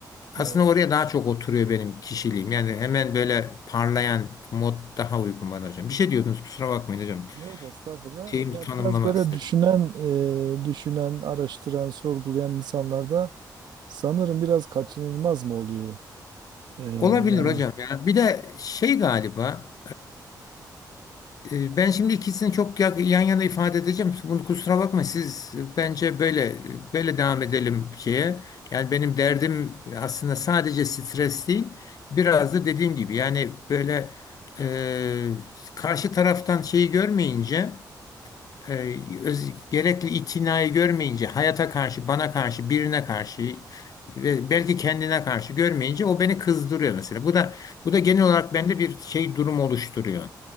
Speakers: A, on the left; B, on the right.
A: Aslında
B: evet.
A: oraya daha çok oturuyor benim kişiliğim. Yani hemen böyle parlayan mod daha uygun bana hocam. Bir şey diyordunuz kusura bakmayın hocam.
B: Yok estağfurullah.
A: Şeyimi
B: Ya
A: tanımlamak
B: biraz böyle
A: istedim.
B: düşünen, e, düşünen, araştıran, sorgulayan insanlarda sanırım biraz kaçınılmaz mı oluyor? Ee,
A: Olabilir
B: yani
A: hocam ya. Bir de şey galiba E, Ben şimdi ikisini çok ya- yan yana ifade edeceğim. Bunu kusura bakma siz e, bence böyle e, böyle devam edelim şeye. Yani benim derdim aslında sadece stres değil. Biraz da dediğim gibi yani böyle e, karşı taraftan şeyi görmeyince e, öz- gerekli itinayı görmeyince hayata karşı, bana karşı, birine karşı ve belki kendine karşı görmeyince o beni kızdırıyor mesela. Bu da bu da genel olarak bende bir şey durum oluşturuyor.